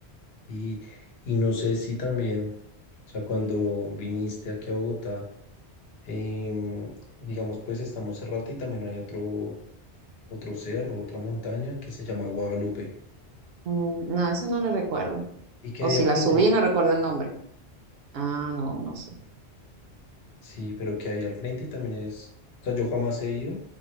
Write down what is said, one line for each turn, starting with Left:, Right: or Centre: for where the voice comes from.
Left: Y, y no sé si también, o sea, cuando viniste aquí a Bogotá, Em, digamos, pues estamos Monserrate y también hay otro, otro cerro, otra montaña que se llama Guadalupe.
Right: Mm, no, eso no lo recuerdo.
Left: ¿Y qué
Right: O
Left: hay
Right: si
Left: al
Right: la
Left: frente?
Right: subí, no recuerdo el nombre. Ah, no, no sé.
Left: Sí, pero ¿qué hay al frente? Y también es, o sea, yo jamás he ido,